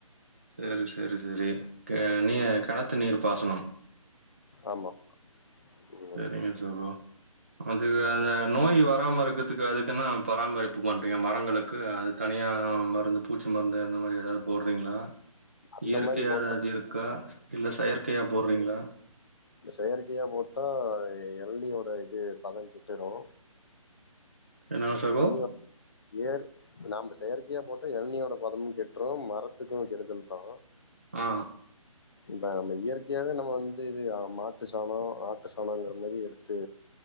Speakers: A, on the right; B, on the left.
A: சேரி சேரி சேரி நீ கிணத்து நீர் பாசனம்
B: ஆமா ம்.
A: சேரிங்க சகோ அதுக்கு அந்த நோய் வராம இருக்கதுக்கு அதுக்கு என்னா பராமரிப்பு பண்றீங்க மரங்களுக்கு அது தனியாக மருந்து பூச்சி மருந்து அந்த மாரி ஏதாவது போடுறீங்களா
B: அந்த
A: இயற்கையா
B: மாரி போட்டா
A: எதாவது இருக்கா இல்ல செயற்கையா போடுறீங்களா
B: இந்த செயற்கையா போட்டா எளநீயோட இது பலன் கிட்டுரு
A: என்னங்க சகோ?
B: எளநீ ஏர் நாம செயற்கையா போட்டா எளநீயோட பதமு கெட்றூ மரத்துக்கூ கெடுதல்தா
A: ஆ
B: இப்ப நம்ம இயற்கையாவே நம்ம வந்து இது மாட்டு சாணொ ஆட்டு சாணோங்கிற மாரி எடுத்து